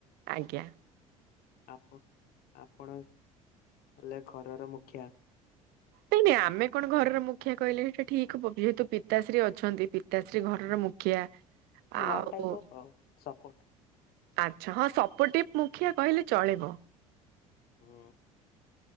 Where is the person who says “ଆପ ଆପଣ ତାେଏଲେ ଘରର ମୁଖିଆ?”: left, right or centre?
Left